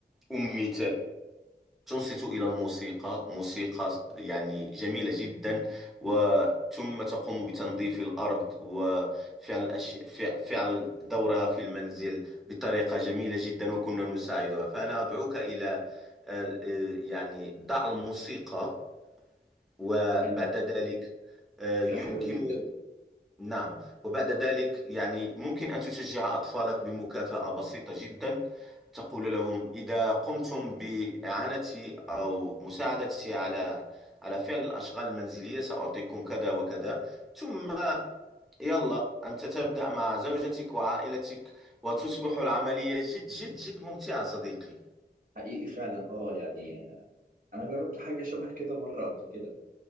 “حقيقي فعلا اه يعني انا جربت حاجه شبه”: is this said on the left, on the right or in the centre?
Right